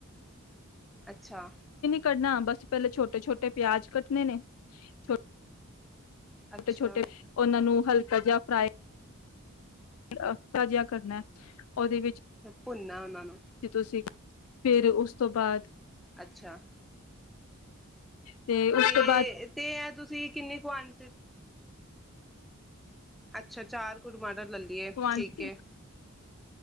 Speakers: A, in the centre; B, on the left.
A: ਅੱਛਾ।
B: ਕਰਨਾ। ਬਸ, ਪੈਲੇ ਛੋਟੇ-ਛੋਟੇ ਪਿਆਜ਼ ਕੱਟਣੇ ਨੇ। ਛੋਟ
A: ਅੱਛਾ
B: ਛੋਟੇ ਛੋਟੇ ਔਨਾਂ ਨੂੰ ਹਲਕਾ ਜਾ ਫਰਾਏ ਅ ਹਲਕਾ ਜਾ ਕਰਨੈ। ਔਦੇ ਵਿੱਚ
A: ਭੁੰਨਾ ਉਹਨਾਂ ਨੂੰ
B: ਜੇ ਤੁਸੀਂ ਫਿਰ ਉਸ ਤੋਂ ਬਾਅਦ
A: ਅੱਛਾ
B: ਤੇ ਉਸ
A: ਤੇ
B: ਤੋਂ ਬਾਅਦ।
A: ਤੇ ਇਹ ਤੁਸੀਂ ਕਿੰਨੀ ਕੁਆਂਟੀ ਅੱਛਾ। ਚਾਰ <unintelligible>
B: ਕੁਆਂਟਿਟੀ